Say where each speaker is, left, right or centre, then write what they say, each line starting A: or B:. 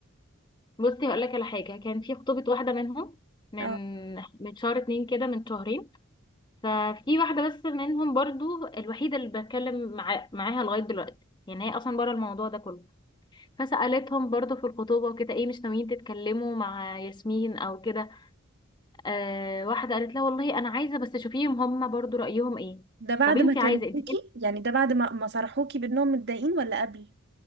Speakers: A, on the left; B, on the right.
A: بصي هقول لك على حاجه كان في خطوبه واحده منهم من
B: اه
A: من شهر اتنين كده من شهرين ففي واحده بس منهم برضو الوحيده اللي بتكلم مع... معاها لغايه دلوقتي يعني هي اصلا بره الموضوع ده كله فسالتهم برضو في الخطوبه وكده ايه مش ناويين تتكلموا مع ياسمين او كده آه واحده قالت لها والله انا عايزه بس شوفيهم هم برضو رايهم ايه
B: ده بعد
A: طب انت
B: ما كلموكي
A: عايزه انت ليه-
B: يعني ده بعد ما ما صرحوكي بانهم متضايقين ولا قبل